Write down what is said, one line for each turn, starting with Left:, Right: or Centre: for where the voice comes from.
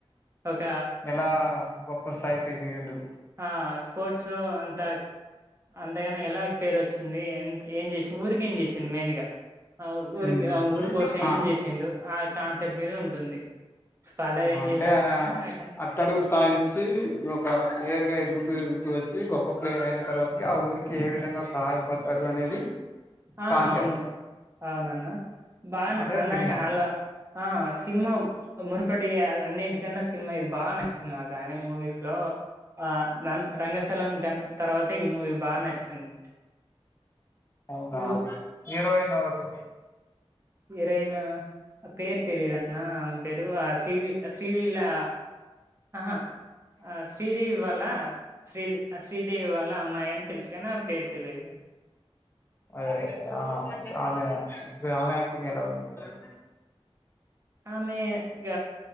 Right: ఒక
Left: ఎలా గొప్పస్తాయికి ఎదిగిండు
Right: ఆ స్పోర్ట్స్ లో అంత అంతేగాని ఎలా పేరు వచ్చింది ఎంత ఏం చేసింది ఊరికేం చేసింది మెయిన్ గా ఆ ఊరికి
Left: ఉమ్
Right: ఊరి కోసం
Left: ఆ
Right: ఏం చేసిండు ఆ కాన్సెప్ట్ మీద ఉంటుంది ఫాలోగా ఏం
Left: అంటే
Right: చేయాలనుకుంటా
Left: ఆయన
Right: కానీ
Left: అట్టడుగు స్థాయి నుంచి ఒక ప్లేయర్ గా ఎదుగు తు ఎగుతూ వచ్చి గొప్ప ప్లేయర్ అయిన తర్వాతకి ఆ ఊరికి ఏ విధంగా సహాయపడ్డాడు అనేది
Right: ఆ
Left: కాన్సెప్ట్
Right: అవును అవునన్నా బాన్
Left: అదే
Right: అన్నగా
Left: సినిమా
Right: అలా ఆ సింహము మునుపటి అన్నిటికన్నా సినిమా ఇది బాగా నచ్చింది నాకు ఆయన మూవీస్ లో ఆ రంగస్థలం గ తర్వాత ఈ మూవీ బాగా నచ్చింది
Left: అవునా
Right: ఊ
Left: హీరోయిన్ ఎవరు
Right: హీరోయిన పేరు తెలీదు అన్న ఆమె పేరు శ్రీ శ్రీలీలా ఆహా ఆ శ్రీదేవి వాళ్ళ శ్రీలీ ఆ శ్రీదేవి వాళ్ళ అమ్మాయి అని తెలుసు కానీ ఆమె పేరు తెలిదు
Left: <inaudible>
Right: ఆమె ఇంగ